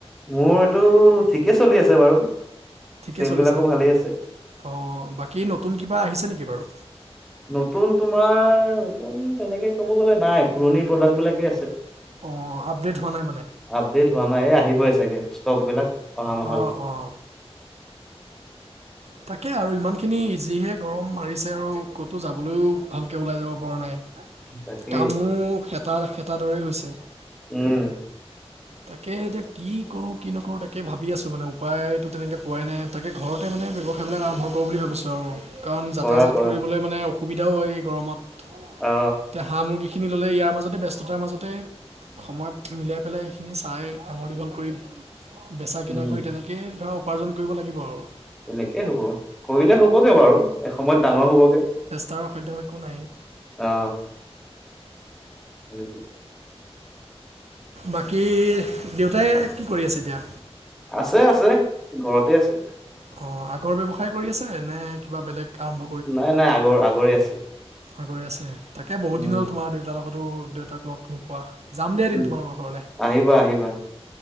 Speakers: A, in the centre; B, on the right.
A: মোৰ এইটো ঠিকেই চলি আছে বাৰু।
B: ঠিকে
A: চেল
B: চলিছে
A: বিলাকো ভালেই আছে
B: অ, বাকী নতুন কিবা আহিছে নেকি বাৰু?
A: নতুন তোমাৰ নতুন তেনেকে ক'ব গ'লে নাই, পুৰণি প্ৰডাক্ট বিলাকে আছে।
B: অ, আপডেট হোৱা নাই মানে।
A: আপডেট হোৱা নাই এই আহিবই চাগে ষ্টক বিলাক অহা মাহলৈ।
B: অঁ অঁ তাকে আৰু ইমানখিনি যিহে গৰম মাৰিছে আৰু ক'তো যাবলৈও ভালকৈ ওলাই যাব পৰা নাই।
A: তাকেই
B: কামো খেতা, খেতাৰ দৰেই হৈছে।
A: উম।
B: তাকে এতিয়া কি কৰো, কি নকৰো তাকে ভাবি আছো মানে উপায়টো তেনেকে পোৱাই নাই তাকে ঘৰতে মানে ব্যৱসায়বিলাক আৰম্ভ কৰো বুলি ভাবিছো আৰু কাৰণ যাতা-যাত
A: কৰা কৰা
B: কৰিবলৈ মানে অসুবিধাও হয় গৰমত।
A: অ।
B: এতিয়া হাঁহ, মুৰ্গীখিনি ল'লে ইয়াৰ মাজতে ব্যস্ততাৰ মাজতে সময় মিলাই পেলাই এইখিনি চাই ডাঙৰ দীঘল কৰি বেচা, কিনা
A: উম
B: কৰি তেনেকৈ তাকেই ধৰা উপাৰ্জন কৰিব লাগিব আৰু
A: তেনেকেই হ'ব কৰিলে হ'বগে বাৰু এসময়ত ডাঙৰ হ'বগে।
B: তাৰ অসাধ্য একো নাই।
A: অ। সেইটোৱেই।
B: বাকী দেউতাই কি কৰি আছে এতিয়া।
A: আছে আছে ঘৰতে আছে
B: অ আগৰ ব্যৱসায় কৰি আছে নে কিবা বেলেগ আৰম্ভ
A: নাই নাই আগৰ আগৰে আছে
B: আগৰে আছে তাকে বহুত
A: উম
B: দিন হ'ল তোমাৰ দেউতাৰ লগতো দেউতাক লগ নোপোৱা যাম দে এদিন
A: উম
B: তোমালোকৰ ঘৰলে
A: আহিবা আহিবা